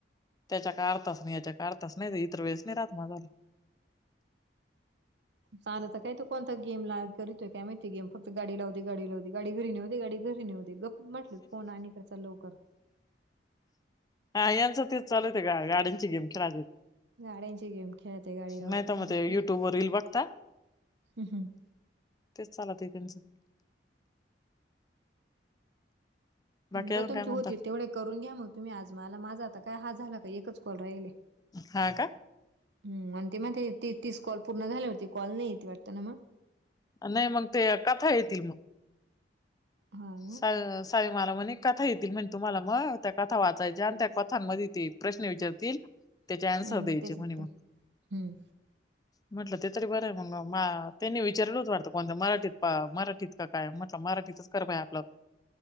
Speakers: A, on the left; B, on the right.
A: त्याच्या का अर्ध तास न याच्या क अर्धा तास नाही इतर वेळेस नाही राहत माझा
B: चाल तर काय तो कोणता गेम करीतय काय माहिती गेम फक्त गाडी लावती गाडी लावती गाडी घरी नेऊदे गाडी घरी घरी नेऊदे गप म्हटल कोण आणि त्याचा लवकर
A: आयन च तेच चालू ते गाड्यांची गेम खेळ
B: गाड्यांची गेम खेळते गाडी लावते
A: नाही तर मग ते युट्यूब वर रील बघता.
B: हम हम.
A: तेच चालते त्यांचं. बाकी
B: ब
A: अजून
B: तुमचे
A: काय म्हणता
B: होतील तेवढे करून घ्या मग तुम्ही आज मला माझा आता काय हा झाला का एकच कॉल राहिले.
A: हा का.
B: हम आणि ते मग ते ती तीस कॉल पूर्ण झाल्यावरती कॉल नाही ते वाटत ना मग.
A: नाय मग ते कथा येतील मग.
B: हा ना
A: स <unintelligible> आरे मला म्हण एक कथा येतील म्हणजे तुम्हाला मग त्या कथा वाचायच्या आणि त्या कथामध्ये ते प्रश्न विचारतील. त्याचे आन्सर
B: हम्म
A: द्यायचे
B: तेच
A: म्हणे
B: येतील
A: मग.
B: हम्म.
A: म्हटलं ते तरी बरं आहे मग त्यांनी विचारल वाटतं कोणत मराठीत प मराठीत का. काय म्हटलं मराठीच कर बया आपलं.